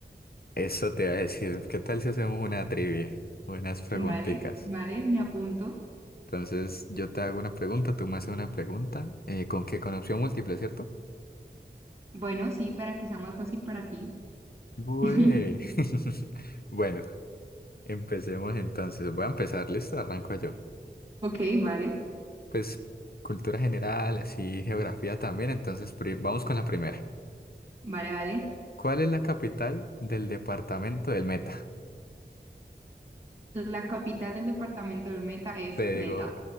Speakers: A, on the left; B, on the right.
A: Eso te iba a decir, ¿qué tal si hacemos una trivia? Buenas preguntitas.
B: Vale, vale, me apunto.
A: Entonces yo te hago una pregunta, tú me haces una pregunta, eh, con que con opción múltiple, ¿cierto?
B: Bueno, sí, para que sea más fácil para ti.
A: Bue.
B: <laughs>
A: <laughs> Bueno, empecemos entonces. Voy a empezar, listo, arranco yo.
B: Ok, vale,
A: pues cultura general, así geografía también, entonces pri- vamos con la primera.
B: vale, vale.
A: ¿Cuál es la capital del departamento del Meta?
B: La capital del departamento del Meta
A: <laughs>
B: es
A: Te
B: Meta.
A: digo,